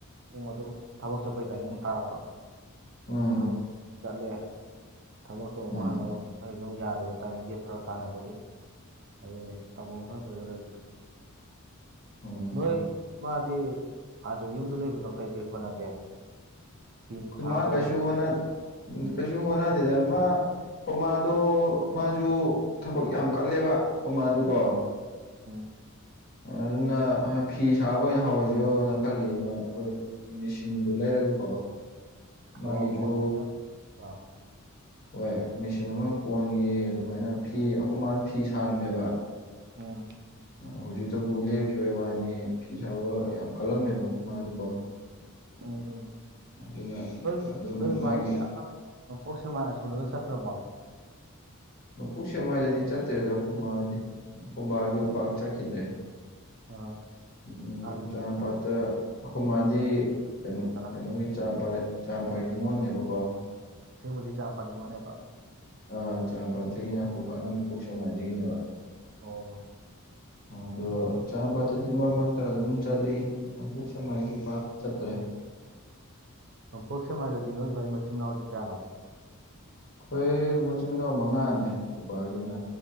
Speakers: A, on the right; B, on the left.
A: ꯄꯨꯡ ꯑꯗꯨꯝ ꯊꯕꯛ ꯆꯠꯄꯩ ꯇꯥꯏꯃꯨꯡ ꯇꯥꯔꯛꯄ
B: ꯎꯝ
A: ꯊꯕꯛ ꯆꯠꯂꯦ ꯊꯕꯛꯇꫭ ꯑꯃꯨꯛ
B: ꯎꯝ
A: ꯍꯜꯂꯒ ꯑꯗꯨꯝ ꯌꯥꯗꯕ ꯇꯥꯏꯃꯤꯡꯁꯦ ꯐꯔꯛ ꯇꯥꯟꯅꯕꯒꯤ ꯑꯗꯨꯅ‌ꯦ ꯇꯧꯐꯝ ꯈꯪꯗꯗꯥ ꯅꯥ ꯂꯩꯔꯤꯁ‌ꯦ
B: ꯑꯣ
A: ꯅꯣꯏ ꯃꯥꯗꯤ ꯑꯥꯗ ꯌꯨꯝꯗ ꯂꯩꯕꯗꯣ ꯀꯩ ꯀꯩ ꯍꯣꯠꯅꯒꯦ ꯐꯤ ꯅꯨꯡ ꯁꯥꯕ
B: ꯃꯥ ꯀꯩꯁꯨ ꯍꫭꯠꯅ ꯀꯩꯁꯨ ꯍꫭꯠꯅꯗ‌ꯦꯗ ꯃꯥ ꯑꯈꫭꯏꯃꯥꯗꯣ ꯃꯥꯁꯨ ꯊꯕꯛ ꯌꯥꯝ ꯀꯜꯂꯦꯕ ꯑꯈꫭꯏꯃꯥꯁꯨꯀꯣ
A: ꯎꯝ
B: ꯑꯗꯨꯅ ꯐꯤ ꯁꯥꯕ ꯑꯣꯏꯅ ꯍꯧꯔꯁꯤꯔꫭꯅ ꯈꯜꯂꯤꯌ‌ꯦꯉꫭ ꯑꯩꯈꯣꯏꯗ ꯃꯦꯆꯤꯟꯗꯣ ꯂꯩꯔꯒꯀꯣ ꯃꯥꯒꯤꯁꯨ
A: ꯑꯣ ꯀꯠꯇ <unintelligible>
B: ꯍꯣꯏ ꯃꯦꯆꯤꯟ ꯑꯃ ꯀꯣꯟꯒꯤ ꯑꯗꯨꯃꯥꯏꯅ ꯐꯤ ꯑꯈꫭꯏꯃꯖꯨ ꯐꯤ ꯁꯥꯔꯝꯃꯦꯕ
A: ꯎꯝ
B: ꯍꯧꯖꯤꯛꯇꯕꯨ ꯂꯦꯞꯈꯤꯕꯩ ꯋꯥꯅꯤ ꯐꯤ ꯁꯥꯕ ꯌꯥꯝ ꯀꯜꯂꯝꯃꯦꯕ ꯃꯥꯗꯨꯀꯣ
A: ꯎꯝ
B: ꯑꯗꯨꯅ
A: ꯅꯣꯏ
B: ꯑꯗꯨꯝ
A: ꯅꯣꯏ
B: ꯃꯥꯒꯤ
A: ꯃꯁꯤ ꯅꯣꯡꯄꯣꯛ ꯁꯦꯃꯥꯏ ꯑꯁꯣꯝꯗꯒ ꯆꯠꯇ꯭ꯔꯕꯣ
B: ꯅꯨ ꯄꯨꯛ ꯁꯦꯡꯋꯥꯏꯗꯗꯤ ꯆꯠꯇ꯭ꯔꯦꯗ ꯑꯩꯈꯣꯏ ꯃꯥꯗꯤ ꯑꯩꯈꯣꯏ ꯕꯥꯖ ꯄꯥꯛ ꯆꯠꯈꯤꯗ꯭ꯔꯦ
A: ꯑꯥ
B: ꯎꯝ
A: ꯍꯥꯟꯅ
B: ꯆꯄꯥꯠꯇ
A: ꯃꯔꯤ
B: ꯑꯍꯨꯝꯗꯤ
A: ꯃꯔꯤ ꯃꯇꯥ
B: ꯀꯩꯅꯣ
A: ꯀꯅꯥ
B: ꯀꯩꯅꯣꯒꯤ ꯆꯄꯥ ꯆꯥꯃꯄꯥꯒꯤ ꯅꯤꯉꯣꯜꯅꯦꯕꯀꯣ
A: ꯦꯡꯕꯗꯤ ꯆꯥ ꯐꯅꯤꯡꯉꯣꯅꯦꯕ
B: ꯑ ꯆꯥꯝꯄꯥꯠꯇꯗꯒꯤꯅꯦ ꯑꯩꯈꯄꯥꯅ ꯅꯄꯣꯛ ꯆꯦꯡꯃꯥꯏꯗꯒꯤꯅꯦꯕ
A: ꯑꯣ
B: ꯑꯗꯣ ꯆꯥꯝꯄꯥ ꯆ ꯃꯔꯃꯛꯇ ꯑꯗꯨꯝ ꯆꯠꯂꯤ ꯕꯨꯛꯁ ꯃꯥꯏꯁꯤ ꯄꯥꯛ ꯆꯠꯇ꯭ꯔꯦ
A: ꯅꯣꯄꯣꯛ ꯁꯦꯛꯃꯥꯏ ꯗ ꯗꯤ ꯅꯣꯏ ꯚ ꯃꯆꯤꯟ ꯃꯅꯥꯎꯁꯦ ꯀꯌꯥꯅꯣ
B: ꯑꯩꯈꯣꯏ ꯃꯆꯤꯟ ꯃꯅꯥꯎ ꯃꯉꯥꯅꯦ ꯈꯨꯄꯥꯒꯤꯅ